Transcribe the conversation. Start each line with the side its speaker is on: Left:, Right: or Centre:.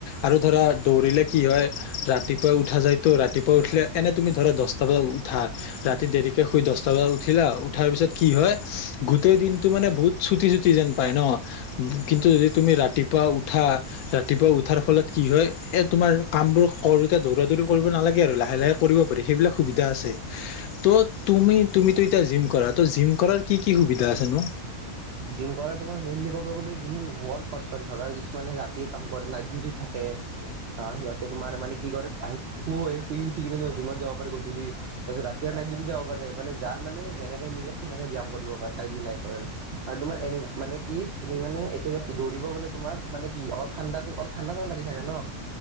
Left: আৰু ধৰা দৌৰিলে কি হয় ৰাতিপুৱাই উঠা যায়তো ৰাতিপুৱা উঠিলে মানে তুমি ধৰা দহটা বজাত উঠা ৰাতি দেৰিকে শুই দহটা বজ উঠিলা উঠাৰ পিছত কি হয় গোটেই দিনটো মানে বহুত চুটি, চুটি যেন পায় ন কিন্তু যদি তুমি ৰাতি পোৱা উঠা? ৰাতিপুৱা উঠাৰ ফলত কি হয় এ তোমাৰ কাম বোৰ কৰোতে দৌৰা, দৌৰি কৰিব নালাগে আৰু লাহে, লাহে পাৰি সবিলাক সুবিধাছে। টো তুমি, তুমি তুই এতিয়া জিম কৰা ত জিম কৰাৰ কি কি সুবিধা আছে নো?
Right: জিম কৰা তমাৰ মেইনলি কব গলে য ৱৰ্ক পাৰ্চন ধৰা কিছুমানে ৰাতি কাম কৰে নাইট ডিউটি থাকে সিহঁতে তোমাৰ মানে কি কৰে শে শুই উঠি কিনেম জিমত যাব পাৰে গধূলি তাৰপিছত ৰাতিয় নাইট ডিউটি যাব পাৰে মানে যাৰ মানে যেনেকে মিলাই তেনেকে ব্যায়াম কৰিব পাৰে তাই মিলাই কৰে আৰু তুমাৰ এনে মানে কি তুমি মানে এতিয়া দৌৰিব গলে তোমাৰ মানে কি অলপ ঠাণ্ডাটো অলপ ঠাণ্ডাঠ লাগি থাকে ন